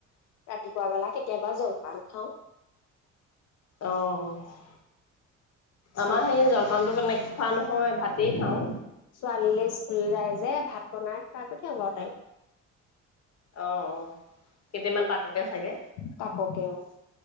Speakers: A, on the left; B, on the left.
A: ৰাতিপুৱা বেলা কেতিয়াবা জল পান খাওঁ
B: আহ
A: ছোৱালী
B: আমাৰ সেই জলপানটো মানে খোৱা নহয় ভাতেই খাওঁ
A: ছোৱালীলে স্কুল যায় যে ভাত বনাই খুৱাই পঠিযা লো আৰু তাইক
B: আহ অ কেইটামান তাককে চাগে।
A: তাককেও,